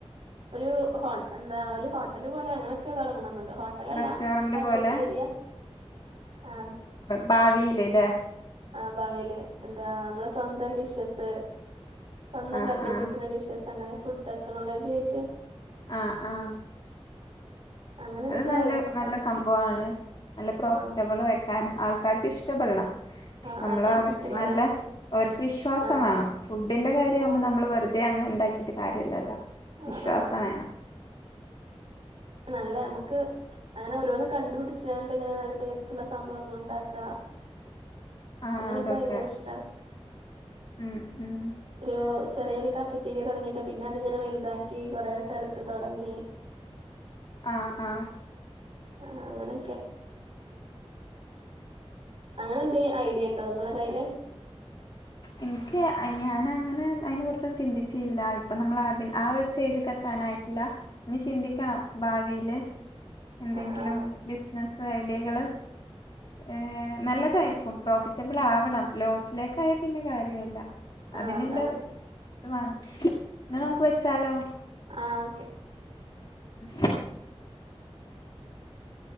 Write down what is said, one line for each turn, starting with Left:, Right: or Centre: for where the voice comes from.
Right: ഒരു ഹോ എന്താ ഒരു ഹോട്ടൽ പോലെ അങ്ങനെയൊക്കെ തൊടങ്ങണം ന്നുണ്ട് ഹോട്ടലല്ല
Left: റെസ്റ്റോറന്റ്
Right: ഒരു കാഫറ്റ്
Left: പോലെ
Right: ഏരിയ ആ
Left: ഭാവില് ലേ
Right: ആ ഭാവിൽ എന്താ നമ്മളെ സ്വന്തം ഡിഷസ് സ്വന്തം
Left: ആഹ്
Right: കണ്ടുപിടിക്കുന്ന
Left: ആഹ്
Right: ഡിഷസ് അങ്ങനെ ഫുഡ് ടെക്നോളജി ആയിട്ടും
Left: ആ ആ
Right: അങ്ങനെ
Left: അത്
Right: എനിക്ക്
Left: നല്ല
Right: ഇഷ്ടാണ്
Left: നല്ല സംഭവമാണ് നല്ല പ്രോഫിറ്റബിൾ
Right: ആഹ്
Left: വെക്കാനും ആൾക്കാർക്ക് ഇഷ്ടപ്പെടണം
Right: ആഹ്
Left: നമ്മള്
Right: ആൾക്കാർക്ക്
Left: അവർ
Right: ഇഷ്ടപ്പെടണം
Left: നല്ല അവർക്ക് വിശ്വാസം
Right: ആഹ്
Left: വേണം ഫുഡിന്റെ കാര്യാവുമ്പോ
Right: ആഹ്
Left: നമ്മൾ വെറുതെ അങ്ങ് ഉണ്ടാക്കിട്ട് കാര്യല്ലല്ലോ
Right: ആഹ്
Left: വിശ്വാസം
Right: ആഹ്
Left: വേണം
Right: നല്ല നമുക്ക് അങ്ങനെ ഓരോന്ന് കണ്ടുപിടിച്ചാണ്ട് ഇങ്ങനെ നല്ല ടേസ്റ്റ്ള്ള സംഭവങ്ങൾ ഉണ്ടാക്കാ
Left: ആഹ്
Right: അങ്ങനെയൊക്കെ
Left: അതൊക്കെ
Right: ഭയങ്കര ഇഷ്ടാ
Left: ഉം ഉം
Right: ഒരു ചെറിയൊരു കഫറ്റീരിയ തുടങ്ങിയിട്ട് പിന്നെ അതിങ്ങനെ വലുതാക്കി കൊറേ സ്ഥലത്ത് തൊടങ്ങി
Left: ആ ആ
Right: ആ അങ്ങനെയൊക്കെ അങ്ങനെ എന്തേം ഐഡിയ ഇണ്ടോ ങ്ങളെ കയ്യില്
Left: ഇൻക്ക് ഞാന അങ്ങനെ അതിനെ കുറിച്ചൊന്നും ചിന്തിച്ചില്ല ഇപ്പൊ നമ്മൾ ആ ആ ഒരു സ്റ്റേജ്ക്ക് എത്താ നായിട്ടില്ല ഇഞ്ഞ് ചിന്തിക്കണം ഭാവിയില് എന്തെങ്കിലും
Right: ആ ആ
Left: ബിസിനസ് ഐഡിയകള് ഏ നല്ലതായിരിക്കും പ്രോഫിറ്റൊ പ്ളാവണം ലോസ് ലൈകാ പിന്നെ കാര്യൊല്ല
Right: ആ
Left: അതിനുള്ള
Right: അതാണ്
Left: ഇത് വാണം ന്നാ നമ്മക്ക് വെച്ചാലോ
Right: ആ ഓക്കെ
Left: <inaudible>
Right: <inaudible>